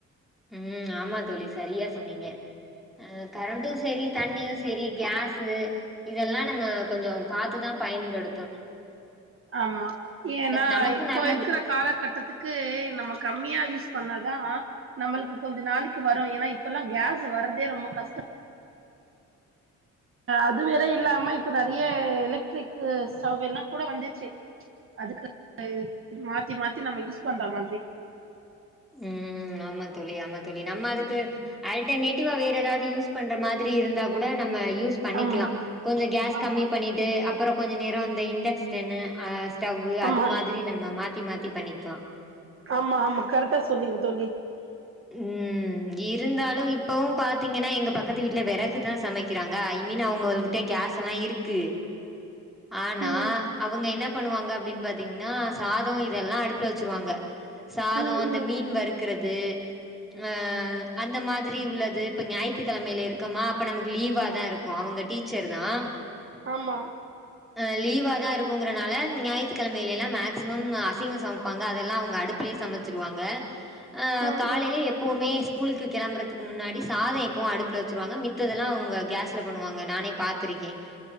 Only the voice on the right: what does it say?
ஆமா ஏன்னா
இப்போ
இருக்கிற காலகட்டத்து க்கு நம்ம கம்மியா யூஸ் பண்ணாதா நம்மளுக்கு கொஞ்ச நாளைக்கு வரும் ஏன்னா இப்ப எல்லாம் கேஸ் வரறதே ரொம்ப கஷ்டம் அது வேற இல்லாம இப்போ நிறைய எலக்ட்ரிக் ஸ்டவ் எல்லாம் கூட வந்துடுச்சு அதுக்கு மாத்தி மாத்தி நம்ம யூஸ் பண்ற மாதிரி
ஆமா
ஆமா
ஆமா
ஆமா ஆமா கரெக்டா சொன்னீங்க தோழி
ம்
ம்
ம்
ஆமா
ம் ம்